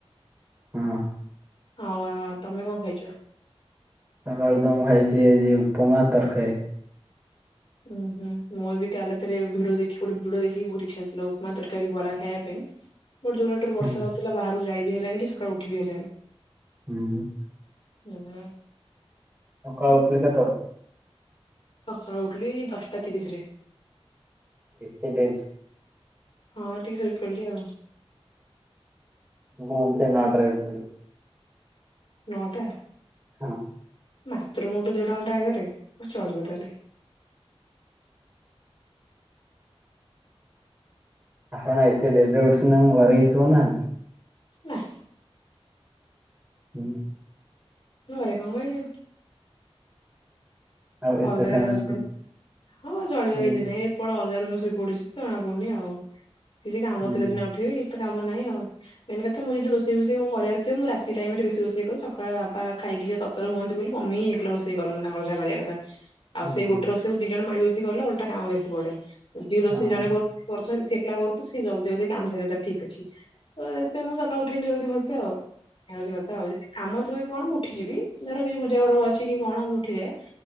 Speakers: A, on the right (about 25°); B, on the left (about 55°).
A: ହଁ।
B: ହଁ ଆ, ଆ, ତୋମେ କଣ ଖାଇଛ?
A: ସକାଳୁ ତ ମୁଁ ଖାଇଛି ଆଜି ଉପମା ତରକାରୀ।
B: ହୁଁ ହୁଁ। ମୋର ବି କାଲି ରାତିରେ ଭିଡିଓ ଦେଖିକି ଗୋଟେ ଭିଡିଓ ଦେଖିକି ବହୁତ ଇଚ୍ଛା ଥିଲା ଉପମା ତରକାରୀ ବରା ଖାଇବା ପାଇଁ
A: <inaudible>
B: ବଟ୍ ଯୋଉ ରେଟେରେ ବର୍ଷା
A: ହୁଁ
B: ହଉଥିଲା ବାହାରକୁ ଯାଇବି ହେଲାନି କି ସକାଳୁ ଉଠି ବିି ହେଲାନି।
A: ହୁଁ।
B: ଉ ହୁଁ।
A: ସକାଳୁ ଉଠିଲି କେତବଳେ?
B: ସକାଳୁ ଉଠିଲି ଦଶଟା ତିରିସି ରେ।
A: ଏତେ ଡେରି?
B: ହଁ ଟିକେ ଶୋଇପଡ଼ିଲି ଆଉ।
A: ମୁଁ ବି ନଅଟାରେ ଉଠିଲି।
B: ନଅଟା।
A: ହଁ।
B: ମାତ୍ର ମୋଠୁ ଦେଢ ଘଣ୍ଟା ଆଗରେ ଚଳିବ ତାହେଲେ।
A: ଆପଣ ଏତେ ଡେରିରେ ଉଠୁଛନ୍ତି ନା ଘରେ କିଛି କହୁନାହାନ୍ତି?
B: ନା।
A: ହୁଁ।
B: ଘରେ କଣ କହିବେ?
A: ଆଉ ଏତେ
B: ଅଲଗା
A: ସମୟ
B: <unintelligible> ହଁ ଚଳିବ
A: ଶୋଇକି
B: କିଛିିନାଇ। ସେପଡ ଅଲଗା ରୁମେରେ ଶୋଇପଡୁଛି ଜଣା ପଡୁନି ଆଉ କିଛି କାମ
A: ହୁଁ
B: ଥିଲା ସିନା ଉଠିବି କିଛି ତ କାମ ନାହିଁ ଆଉ। ମେନ୍ କଥା ମୁଁ ଯଦି ରୋଷେଇ ବୋଷେଇ କଣ କରିବାରଥିବ ମୁଁ ରାତି ଟାଇମ ବେଶି ରୋଷେଇ କରେ। ସକାଳେ ବାବା ଖାଇକି ଯିବେ ତର ତରତର ହୁଅନ୍ତି ବୋଲି ମମି ଏକଲା ରୋଷେଇ କରନ୍ତି ତାଙ୍କର ଯାହା କରିବା କଥା। ଆଉ
A: ହୁଁ
B: ସେଇ ଗୋଟେ ରୋଷେଇ ଦି ଜଣ ମାଳି ବେଶି କଲେ ଓଲଟା କାମ ବେଶୀ ବଢେ। ଯିଏ ରୋଷ
A: ହଁ
B: ଜଣେ ସିଏ କରୁଥିବ ସେ ଏକଲା କରୁଥିବ ସିଏ ଜଲଦି ଜଲଦି କାମ ସାରିବ ତାର ଠିକ୍ ଅଛି। ତ ଏଇଥିପାଇଁ ମୁଁ ସକାଳୁ ଉଠେଇନି ଯଲଦି ଭଲସେ ଆଉ ଏୟା ହଉଛି କଥା ଆଉ ଯଦି କାମ ଥିବ କି କଣ ମୁଁ ଉଠିଯିବି। ଧର କିଛି ପୂଜା ପର୍ବ ଅଛି କି କଣ ମୁଁ ଉଠିଯାଏ।